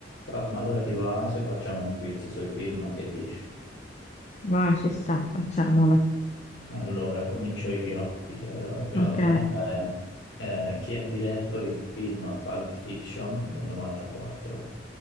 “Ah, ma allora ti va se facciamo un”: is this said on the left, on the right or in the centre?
Left